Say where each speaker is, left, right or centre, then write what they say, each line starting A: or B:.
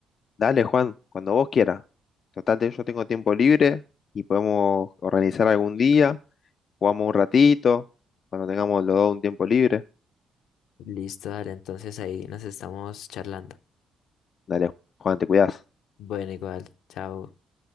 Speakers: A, on the left; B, on the left.
A: Dale, Juan, cuando vos quieras. Total, te- yo tengo tiempo libre y podemos organizar algún día. Jugamos un ratito, cuando tengamos los dos un tiempo libre.
B: Listo, dale, entonces ahí nos estamos charlando.
A: Dale, Juan, te cuidas.
B: Bueno, igual, chao.